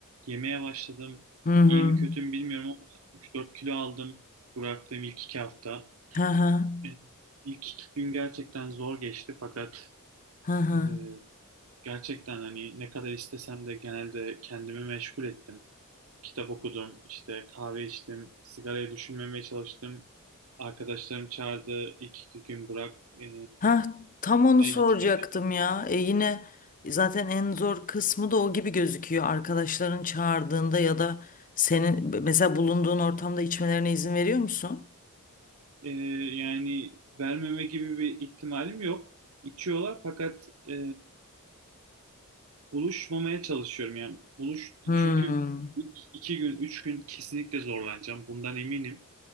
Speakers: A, on the right; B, on the left.
A: yemeye başladım.
B: Hı hı.
A: İyi mi kötü mü bilmiyorum ama 3-4 kilo aldım bıraktığım ilk iki hafta.
B: Hı hı.
A: E, İlk iki gün gerçekten zor geçti fakat
B: Hı hı.
A: e, Gerçekten hani ne kadar istesem de genelde kendimi meşgul ettim. Kitap okudum, işte kahve içtim, sigarayı düşünmemeye çalıştım. Arkadaşlarım çağırdı, ilk iki gün bırak, e,
B: Ha tam onu
A: e,
B: soracaktım
A: gitme.
B: ya. E yine zaten en zor kısmı da o gibi gözüküyor. Arkadaşların çağırdığında ya da senin mesela bulunduğun ortamda içmelerine izin veriyor musun?
A: E, yani vermeme gibi bir ihtimalim yok. İçiyorlar fakat e, buluşmamaya çalışıyorum. Yani buluş
B: Hmm.
A: çünkü ilk iki gün, üç gün kesinlikle zorlanacağım. Bundan eminim.